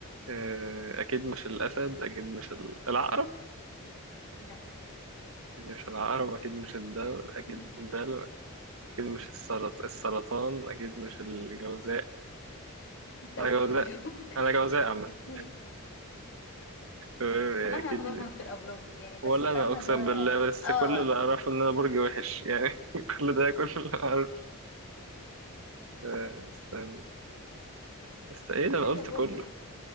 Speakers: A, on the right; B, on the left.
A: آه، اكيد مش الاسد اكيد مش ال- العقرب
B: لا
A: اكيد مش العقرب اكيد مش الدلو اكيد
B: <laughs>
A: الدلو اكيد مش السرط السرطان اكيد مش الجوزاء
B: انت قلت
A: انا جوزاء
B: كل يوم
A: انا جوزاء عامه
B: <laughs> في ايه
A: آه،
B: والله انا
A: اكيد
B: ما بفهم في الابراج يعني بس
A: ولا
B: فاهمه
A: انا اقسم
B: اللي هو يا-
A: بالله بس
B: اه
A: كل اللي اعرفه ان انا
B: <laughs>
A: برج وحش يعني <laughs> كل ده كل اللي اعرفه آه، استنى است... ايه ده انا
B: اخر
A: قلت
B: برج
A: كله
B: بقى